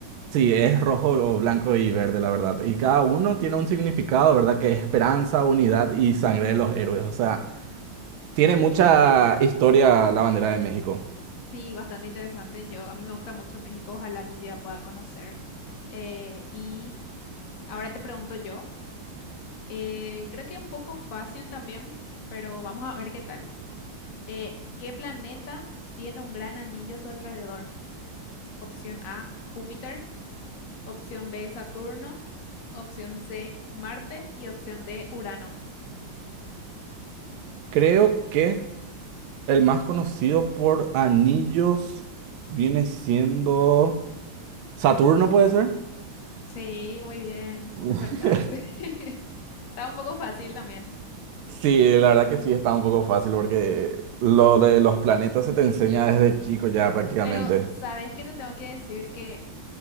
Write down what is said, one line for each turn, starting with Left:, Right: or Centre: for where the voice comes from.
Right: Sí, es rojo, blanco y verde, la verdad. Y cada uno tiene un significado, ¿verdad? Que es esperanza, unidad y sangre de los héroes. O sea, Tiene mucha historia la bandera de México.
Left: Sí, bastante interesante. Yo, a mí me gusta mucho México, ojalá algún día pueda conocer. Eh, y ahora te pregunto yo, eh, creo que un poco fácil también, pero vamos a ver qué tal. Eh, ¿qué planeta tiene un gran anillo a su alrededor? Opción A, Júpiter, opción B, Saturno, opción C, Marte y opción D, Urano.
Right: Creo que el más conocido por anillos viene siendo Saturno, ¿puede ser?
Left: Sí, muy bien,
Right: <laughs>
Left: acertaste. <laughs> Estaba un poco fácil también.
Right: Sí, la verdad que sí, está un poco fácil porque lo de los planetas se te enseña desde chico ya prácticamente.
Left: Pero sabes que te tengo que decir que